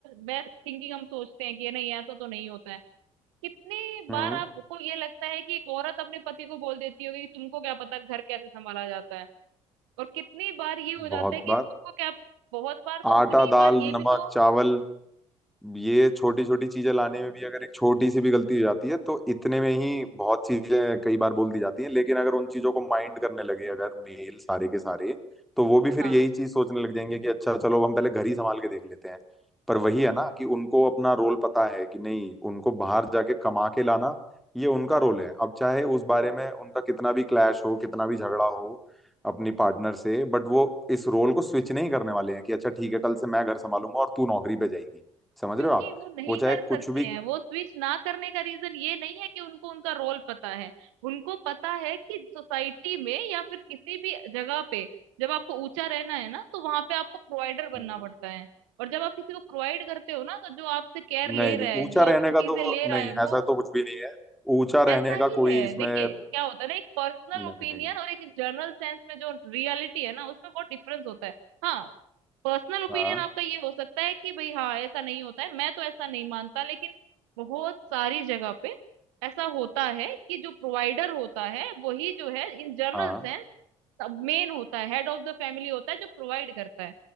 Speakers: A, on the right (about 80°); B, in the centre.
A: बेस्ट थिंकिंग हम सोचते हैं कि नहीं ऐसा तो नहीं होता है कितनी बार
B: हम्म
A: आपको ये लगता है कि एक औरत अपने पति को बोल देती होगी कि तुमको क्या पता घर कैसे संभाला जाता है और कितनी बार ये हो जाता
B: बहुत
A: है कि
B: बार
A: तुमको क्या बहुत बार
B: आटा
A: तो उतनी ही
B: दाल
A: बार ये भी
B: नमक
A: तो
B: चावल ये छोटी छोटी चीजें लाने में भी अगर एक छोटी सी भी गलती हो जाती है तो इतने में ही बहुत चीजें कई बार बोल दी जाती हैं लेकिन अगर उन चीजों को माइंड करने लगे अगर मेल सारे के सारे तो वो भी फिर
A: हाँ
B: यही चीज सोचने लग जाएंगे कि अच्छा चलो हम पहले घर ही संभाल के देख लेते हैं पर वही है ना कि उनको अपना रोल पता है कि नहीं उनको बाहर जाके कमा के लाना ये उनका रोल है अब चाहे उस बारे में उनका कितना भी क्लैश हो कितना भी झगड़ा हो अपनी पार्टनर से बट वो इस रोल को स्विच नहीं करने वाले हैं कि अच्छा ठीक है कल से मैं घर संभालूंगा और तू नौकरी पे जाएगी समझ
A: क्योंकि
B: रहे हो आप
A: वो नहीं
B: वो चाहे
A: कर सकते
B: कुछ भी
A: हैं वो स्विच ना करने का रीजन ये नहीं है कि उनको उनका रोल पता है उनको पता है कि सोसाइटी में या फिर किसी भी जगह पे जब आपको ऊंचा रहना है ना तो वहां पे आपको प्रोवाइडर बनना
B: हम्म।
A: पड़ता है और जब आप किसी को प्रोवाइड करते हो ना तो जो आपसे केयर ले
B: नहीं
A: रहा
B: नहीं
A: है
B: ऊंचा
A: जो
B: रहने
A: आपसे
B: का
A: चीजें
B: तो
A: ले रहा
B: नहीं
A: है वो
B: ऐसा तो कुछ भी नहीं है ऊंचा
A: ऐसा
B: रहने का
A: ही
B: कोई
A: है
B: इसमें
A: देखिए क्या होता है ना एक पर्सनल
B: नहीं
A: ओपिनियन और एक जनरल सेंस में जो रियलिटी है ना उसमें बहुत डिफरेंस होता है हाँ पर्सनल ओपिनियन
B: हाँ
A: आपका ये हो सकता है कि भाई हाँ ऐसा नहीं होता है मैं तो ऐसा नहीं मानता लेकिन बहुत सारी जगह पे ऐसा होता है कि जो प्रोवाइडर होता है वही जो है इन जनरल
B: हाँ
A: सेंस मेन होता है हेड ऑफ द फैमिली होता है जो प्रोवाइड करता है